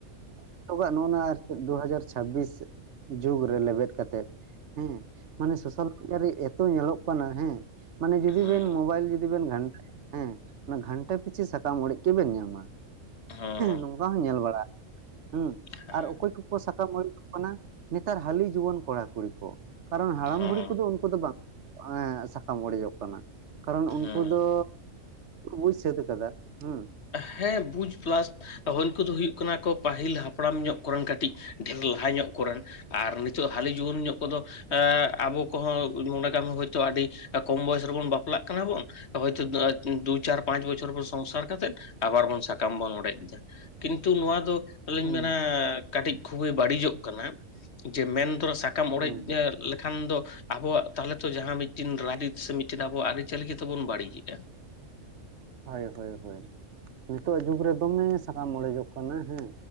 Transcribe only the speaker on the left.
ᱦᱩᱸ
ᱦᱩᱸ
ᱦᱮᱸ
ᱦᱩᱸ
ᱦᱩᱸ
ᱦᱮᱸ ᱵᱩᱡᱽ ᱯᱞᱟᱥ ᱩᱱᱠᱩᱫᱚ ᱦᱩᱭᱩᱜ ᱦᱩᱭᱩᱜ ᱠᱟᱱᱟ ᱠᱚ ᱯᱟᱹᱦᱤᱞ ᱦᱟᱯᱲᱟᱢ ᱧᱚᱜ ᱠᱚᱨᱮᱱ ᱠᱟᱹᱴᱤᱡ ᱰᱷᱮᱨ ᱞᱟᱦᱟ ᱧᱚᱜ ᱠᱚᱨᱮᱱ᱾ ᱟᱨ ᱱᱤᱛᱚᱜ ᱦᱟᱹᱞᱤ ᱡᱩᱣᱟᱹᱱ ᱧᱚᱜ ᱠᱚᱫᱚ ᱮ ᱟᱵᱚ ᱠᱚᱦᱚᱸ ᱱᱚᱰᱮ ᱠᱟᱜ ᱢᱮ ᱦᱳᱭᱛᱳ ᱟᱹᱰᱤ ᱠᱚᱢ ᱵᱚᱭᱮᱥ ᱨᱮᱵᱚᱱ ᱵᱟᱯᱞᱟᱜ ᱠᱟᱱᱟ ᱵᱚᱱ᱾ ᱦᱚᱭᱛᱳ ᱫᱩ ᱪᱟᱨ ᱯᱟᱸᱪ ᱵᱪᱷᱚᱨ ᱯᱚᱨ ᱥᱚᱝᱥᱟᱨ ᱠᱟᱛᱮ᱾ ᱟᱵᱟᱨ ᱵᱚᱱ ᱥᱟᱠᱟᱢ ᱵᱚᱱ ᱚᱲᱮᱡ ᱮᱫᱟ, ᱠᱤᱱᱛᱩ ᱱᱚᱣᱟ ᱫᱚ ᱟᱹᱞᱤᱧ
ᱢᱮᱱᱟ ᱠᱟᱹᱴᱤᱡ ᱠᱷᱩᱵᱮ ᱵᱟᱹᱲᱤᱡᱚᱜ ᱠᱟᱱᱟ, ᱡᱮ ᱢᱮᱱ ᱛᱚᱨᱟ ᱥᱟᱠᱟᱢ
ᱚᱲᱮᱡ ᱞᱮᱠᱷᱟᱱ ᱫᱚ ᱟᱵᱚᱣᱟᱜ ᱛᱟᱦᱚᱞᱮ ᱛᱚ ᱡᱟᱦᱟᱸ ᱢᱤᱫᱴᱤᱱ ᱨᱟᱭᱤᱛ ᱥᱮ ᱢᱤᱫᱴᱮᱱ ᱟᱵᱚᱣᱟᱜ ᱟᱹᱨᱤᱪᱟᱹᱞᱤ ᱜᱮᱛᱚᱵᱚᱱ ᱵᱟᱹᱲᱤᱡᱮᱜᱼᱟ᱾